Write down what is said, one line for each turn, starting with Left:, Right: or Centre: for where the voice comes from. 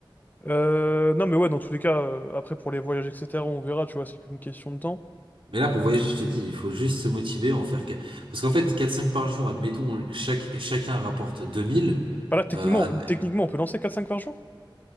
Left: Euh, non, mais ouais, dans tous les cas, euh, après pour les voyages, etc., on verra, tu vois, c'est qu'une question de temps.
Right: Mais là, pour voyager, je te dis, il faut juste se motiver, en faire... qu- Parce qu'en fait, quatre cinq par jour, admettons, chaque, chacun rapporte 2000.
Left: Bah là, techniquement,
Right: Euh, adm-
Left: techniquement, on peut lancer 4-5 par jour?